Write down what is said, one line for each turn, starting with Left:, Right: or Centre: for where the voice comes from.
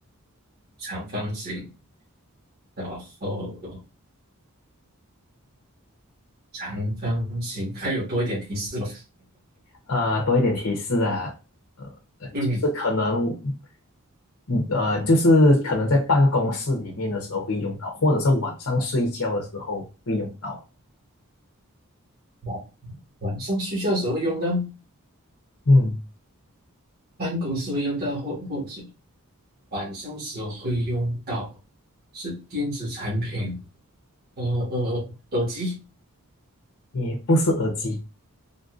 Right: 长方形，然后长方形，还有多一点提示吧。
Left: 呃，多一点提示啊，呃，
Right: 嗯，
Left: 就是可能，嗯呃，就是可能在办公室里面的时候会用到，或者是晚上睡觉的时候会用到。
Right: 晚晚上睡觉的时候会用到，
Left: 嗯，
Right: 办公室会用到，或或者晚上时候会用到，是电子产品，呃呃，呃耳机，
Left: 也不是耳机。